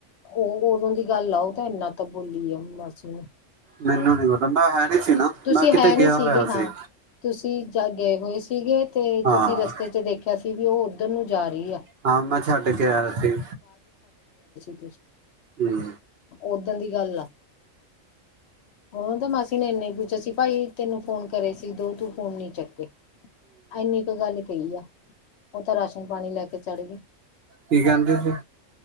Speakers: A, on the left (about 65°); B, on the right (about 60°).
A: ਉਹ ਉਦੋਂ ਦੀ ਗੱਲ ਆ ਉਹ ਤਾਂ ਇੰਨਾ ਤਾਂ ਬੋਲੀ ਆ ਮਾਸੀ ਨੂੰ।
B: ਮੈਨੂੰ ਨੀ ਪਤਾ ਮੈਂ ਹੈ ਨੀ ਸੀ ਨਾ,
A: ਤੁਸੀਂ
B: ਮੈਂ ਕਿਤੇ
A: ਹੈ ਨਹੀਂ
B: ਗਿਆ
A: ਸੀਗੇ
B: ਹੋਇਆ
A: ਹਾਂ।
B: ਸੀ।
A: ਤੁਸੀਂ ਗਏ ਹੋਏ ਸੀਗੇ ਤੇ
B: ਹਾਂ
A: ਤੁਸੀਂ ਰਸਤੇ ਚ ਦੇਖਿਆ ਸੀ ਵੀ ਉਹ ਉੱਧਰ ਨੂੰ ਜਾ ਰਹੇ।
B: ਹਾਂ ਮੈਂ ਛੱਡ ਕੇ ਆਇਆ ਸੀ
A: <unintelligible>
B: ਹਮ।
A: ਓਦਣ ਦੀ ਗੱਲ ਆ ਉਹ ਤਾਂ ਮਾਸੀ ਨੇ ਇੰਨਾ। ਸੀ ਭਾਈ ਤੈਨੂੰ ਫੋਨ ਕਰੇ ਸੀ ਦੋ ਤੂੰ ਫੋਨ ਨੀ ਚੱਕੇ ਇੰਨੀ ਕੁ ਗੱਲ। ਗਈ ਆ ਉਹ ਤਾਂ ਰਾਸ਼ਨ ਪਾਣੀ ਲੈ ਕੇ ਚੜ ਗਈ।
B: ਕੀ ਕਹਿੰਦੇ ਸੀ।